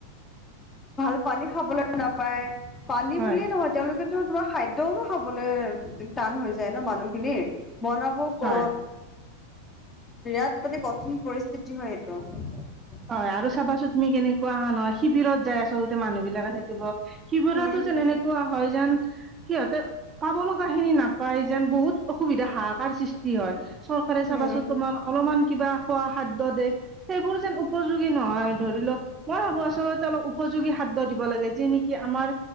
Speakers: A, on the left; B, on the right.
A: ভাল পানী খাবলৈ নাপায়, পানী
B: হয়
A: বুলিয়ে নহয় তেওঁলোকেত তোমাৰ খাদ্যয়ও নো খাবলৈ টান হৈ যায় ন মানুহখিনিৰ। ব'নাব
B: হয়
A: ক'ত? বিৰাট মানে কঠিন পৰিস্থিতি হয় এইটো।
B: হয় আৰু চাবাচো তুমি কেনেকুৱা হা নহয় শিবিৰত যায় আচলতে মানুহ বিলাকে থাকিব। শিৱৰতো
A: উম
B: যেন
A: হম
B: এনেকুৱা হয় যেন সিহঁতে পাব লগা খিনি নাপায় যেন বহুত অসুবিধা হাহাকাৰ সৃষ্টি হয়। চৰকাৰে চাবাচো
A: উম
B: তোমাৰ অলপমান কিবা খোৱা খাদ্য দে সেইবোৰ যেন উপযোগী নহয়, ধৰি লও মই ভাবো আচলতে অলপ উপযোগী খাদ্যয় দিব লাগে যি নেকি আমাৰ